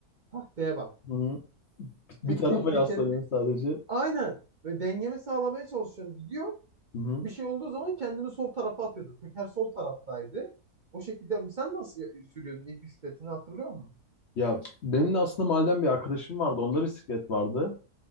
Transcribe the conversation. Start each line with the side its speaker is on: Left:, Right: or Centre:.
Right: Taktiğe bak.
Left: Hı hı. Bir
Right: Tekte,
Left: tarafa
Right: tekerin
Left: yaslanıyorsun sadece.
Right: aynen. Ve dengemi sağlamaya çalışıyorum. Gidiyorum.
Left: Hı hı.
Right: Bir şey olduğu zaman kendimi sol tarafa atıyordum. Teker sol taraftaydı. O şekilde sen nasıl sürüyordun ilk bisikletini hatırlıyor musun?
Left: Ya benim de aslında mahalleden bir arkadaşım vardı. Onda bisiklet vardı.